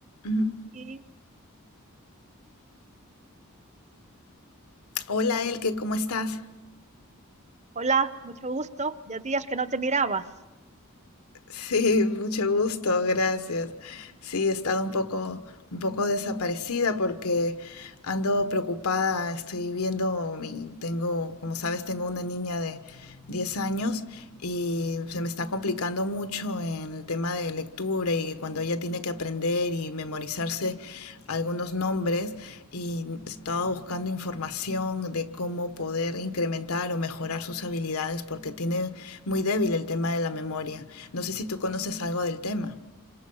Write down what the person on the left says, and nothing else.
Ujú.
Hola, Elke, ¿cómo estás? <laughs>
Sí, mucho gusto, gracias. Sí, he estado un poco, un poco desaparecida porque ando preocupada, estoy viendo, mi- tengo, como sabes, tengo una niña de 10 años y se me está complicando mucho en el tema de lectura y cuando ella tiene que aprender y memorizarse algunos nombres y estaba buscando información de cómo poder incrementar o mejorar sus habilidades porque tiene muy débil el tema de la memoria. No sé si tú conoces algo del tema.